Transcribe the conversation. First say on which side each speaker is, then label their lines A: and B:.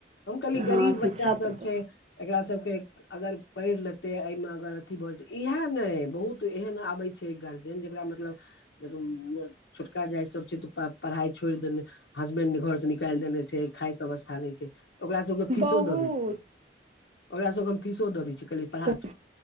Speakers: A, on the left; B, on the right.
A: हम कहलियै
B: हँ
A: गरीब
B: शिक्षा
A: बच्चा
B: तऽ
A: सब छै। एकरा सबके अगर पढ़ लेतै ऐ मे अगर अथी भए जेते इहे नै बहुत एहन आबै छै गार्जियन जेकरा मतलब <unintelligible> देखबै छोटका जाति सब छै तऽ पढ़ाइ छोड़ देनय हसबेंड जे घर से निकाल देने छै, खायके अवस्था नै छै। ओकरा सब के फीसो
B: बहुत
A: द दय छियै ओकरा सब के हम फीसो द दय छियै। कहलियै पढ़ा
B: तो
A: तू